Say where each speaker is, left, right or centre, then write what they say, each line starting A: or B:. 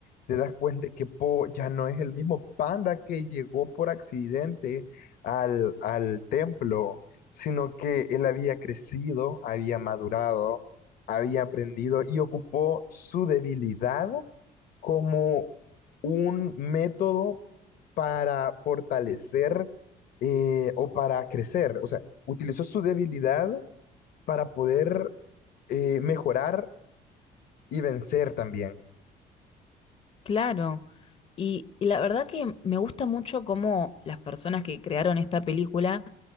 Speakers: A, on the left; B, on the left.
A: te das cuenta que Po ya no es el mismo panda que llegó por accidente al, al templo, sino que él había crecido, había madurado, había aprendido y ocupó su debilidad como un método para fortalecer eh, o para crecer. O sea, utilizó su debilidad para poder eh, mejorar y vencer también.
B: Claro. Y, y la verdad que me gusta mucho cómo las personas que crearon esta película